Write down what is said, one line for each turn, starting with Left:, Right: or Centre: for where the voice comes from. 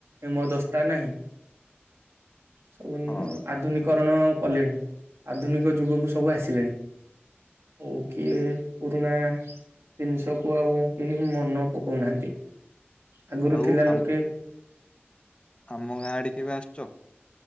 Right: ହେମଦସ୍ତା ନାହିଁ। ସବୁ
Left: ହଁ
Right: ଆଧୁନିକରଣ। କଲେଣି ଆଧୁନିକ ଯୁଗକୁ ସବୁ ଆସିଲେଣି ଓ କିଏ ପୁରୁଣା ଜିନିଷକୁ ଆଉ କେହି ମନ ପକାଉନାହାନ୍ତି। ଆଗରୁ
Left: ଆଉ
Right: ଥିଲା ଲୋକେ
Left: ଆମ ଆମ ଗାଁ ଆଡ କେବେ ଆସୁଛ?